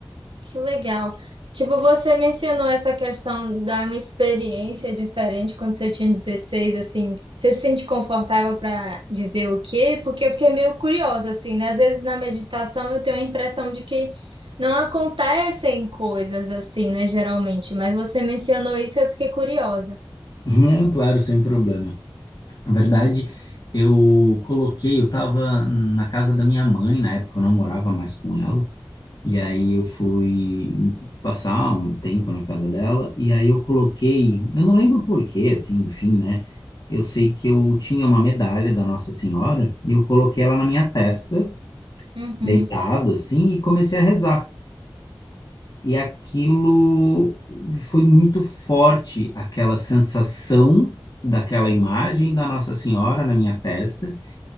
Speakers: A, on the right; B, on the left.
A: Que legal. Tipo, você mencionou essa questão da uma experiência diferente quando você tinha 16 assim. Você se sente confortável para dizer o quê? Porque eu fiquei meio curiosa, assim, né? Às vezes na meditação eu tenho a impressão de que não acontecem coisas assim, né? Geralmente. Mas você mencionou isso e eu fiquei curiosa.
B: Não, claro, sem problema. Na verdade, eu coloquei, eu estava na casa da minha mãe, na época eu não morava mais com ela, e aí eu fui passar um tempo na casa dela, e aí eu coloquei, eu não lembro por quê, assim, enfim, né? Eu sei que eu tinha uma medalha da Nossa Senhora, e eu coloquei ela na minha testa,
A: Uhum.
B: deitado, assim, e comecei a rezar. E aquilo foi muito forte, aquela sensação daquela imagem da Nossa Senhora na minha testa.